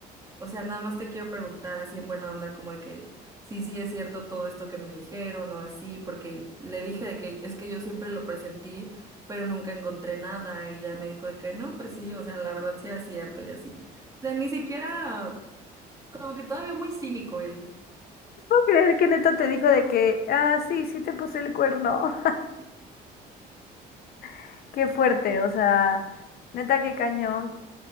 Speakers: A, on the right (about 20°); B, on the left (about 60°).
A: o sea, nada más te quiero preguntar así en buena onda, como de que sí, sí es cierto todo esto que me dijeron o así, porque le dije de que es que yo siempre lo presentí, pero nunca encontré nada, y ya me dijo de que no, pues sí, o sea, la verdad sí era cierto y así. O sea, ni siquiera, como que todavía muy cínico él.
B: ¿Puedo creer que neta te dijo de que, ah, sí, sí te puse el cuerno? <laughs> Qué fuerte, o sea, neta, qué cañón.